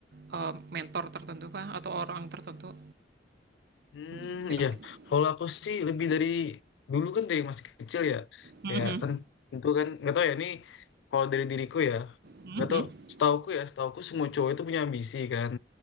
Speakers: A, on the right; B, on the left.
A: eee, mentor tertentu kah atau orang tertentu
B: Hmm,
A: inspirasi
B: iya.
A: kamu
B: Kalau aku sih lebih dari dulu kan dari masih kecil ya.
A: Mhm,
B: Kayak kan itu kan nggak tahu ya ini kalau dari diriku ya.
A: mhm,
B: Nggak tahu setauku ya, setauku semua cowok itu punya ambisi kan.